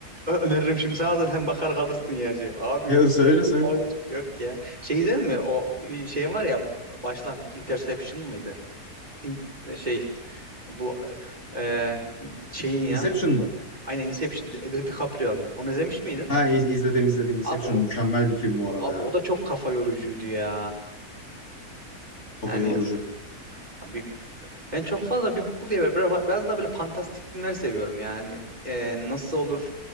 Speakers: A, on the right; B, on the left.
A: Ö- öneririm şimdi sana da sen bakar kalırsın ya şey. Abi
B: Ya
A: yok
B: söyle
A: ya.
B: söyle.
A: Bunlar hiç- yok ya. Şey izledin mi? O bir şey var ya başlangıç Interception mıydı? İn- e, şey bu e, şeyin ya.
B: Inception mı?
A: Aynen Inception Di- Di- DiCaprio'nun. Onu izlemiş miydin?
B: Ha iz- izledim izledim. Inception
A: Abi o,
B: mükemmel bir film bu arada
A: abi
B: ya.
A: o da çok kafa yorucuydu ya.
B: Kafa
A: Yani
B: yorucu.
A: abi Ben çok fazla bilim kurgu diye böyle biraz biraz daha böyle fantastik filmler seviyorum yani. Ee, nasıl olur?